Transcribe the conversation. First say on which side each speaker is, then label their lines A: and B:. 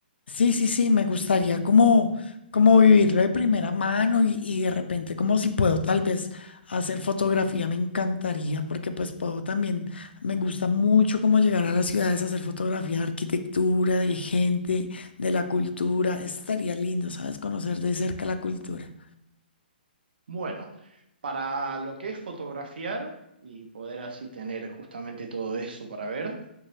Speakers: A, on the left; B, on the right.
A: Sí, sí, sí, me gustaría como, como vivirlo de primera mano y, y de repente como si puedo tal vez hacer fotografía, me encantaría porque pues puedo también, me gusta mucho como llegar a las ciudades a hacer fotografía de arquitectura, de gente, de la cultura, estaría lindo, ¿sabes? Conocer de cerca la cultura.
B: Bueno, para lo que es fotografiar y poder así tener justamente todo eso para ver.